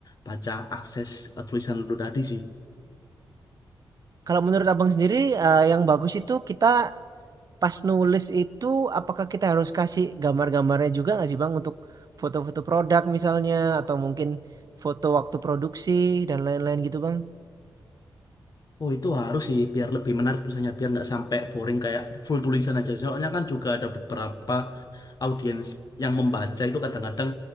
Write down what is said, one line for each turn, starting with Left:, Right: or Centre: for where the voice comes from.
Left: baca akses eh, tulisan lu tadi sih.
Right: Kalau menurut Abang sendiri eh, yang bagus itu kita Pas nulis itu, apakah kita harus kasih gambar-gambarnya juga nggak sih Bang untuk foto-foto produk misalnya atau mungkin foto waktu produksi dan lain-lain gitu Bang?
Left: Oh itu harus sih biar lebih menarik tulisannya biar nggak sampai boring kayak full tulisan aja. Soalnya kan juga ada beberapa audiens yang membaca itu kadang-kadang